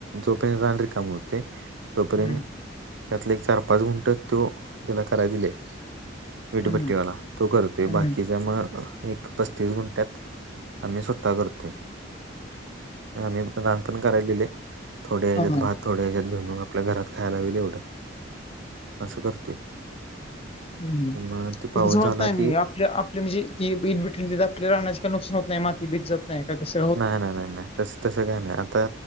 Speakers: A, on the right; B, on the left.
A: जोपर्यंत राणरी काम होते तोपर्यंत
B: हम्म.
A: त्यातले एक चार पाच गुंट तो त्याला करायला दिलेय. वीटपट्टीवाला
B: हम्म.
A: तो करतोय
B: हम्म.
A: बाकीचा मग एक पस्तीस गुंट्यात आम्ही स्वतः करतोय. आम्ही रान पण कराय दिले, थोडे ह्याच्यात
B: हा हा.
A: भात. थोड्या हच्यात भे आपल्या घरात खायला विल एवढं असं करतोय.
B: <unintelligible>
A: मग ते
B: आप
A: पाऊस झाला की
B: आपली म्हणजे ती बीद भेटलेली तर आपल्या राहण्याचे काय नुकसान होत नाही. माती बीज ज नाही का तस.
A: नाही नाही नाही नाही, तस तसं काय नाही आता